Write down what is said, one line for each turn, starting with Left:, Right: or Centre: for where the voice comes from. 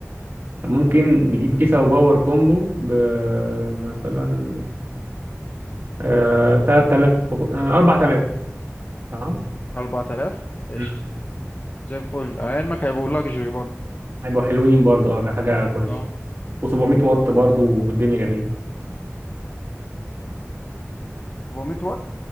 Right: ممكن نجيب كيسة وباور كومبو ب مثلا آه، 3000 وخ- آه، 4000 تمام
Left: 4000 قشطة
Right: مم.
Left: زي الفل على علمك هيبقوا لاكجري برضه
Right: هيبقوا حلوين برضو اه حاجة كويسة
Left: اه
Right: و700 واط برضو والدنيا جميله
Left: 400 واط